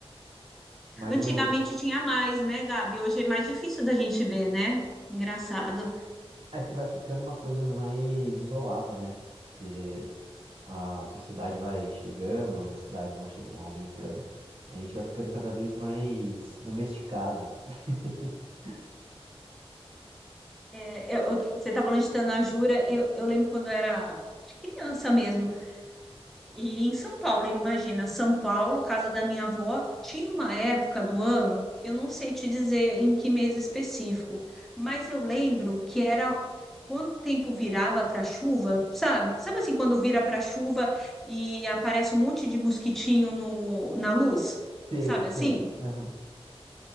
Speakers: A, on the right; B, in the centre.
A: Mas
B: Antigamente
A: o
B: tinha mais, né, Gabi? Hoje é mais difícil da gente ver, né? Engraçado.
A: é que vai ficando uma coisa mais isolada, né? Porque a sociedade vai chegando, né? As cidades vão, che- vão aumentando, e a gente vai ficando cada vez mais domesticado. <laughs>
B: É, eu- eu- você tá falando de tanajura. Eu, eu lembro quando eu era de criança mesmo. E em São Paulo, imagina, São Paulo, casa da minha avó, tinha uma época do ano, eu não sei te dizer em que mês específico, mas eu lembro que era quando o tempo virava para chuva, sabe? Sabe assim, quando vira para chuva e aparece um monte de mosquitinho no, na luz,
A: Sei,
B: sabe
A: sei.
B: assim?
A: Aham.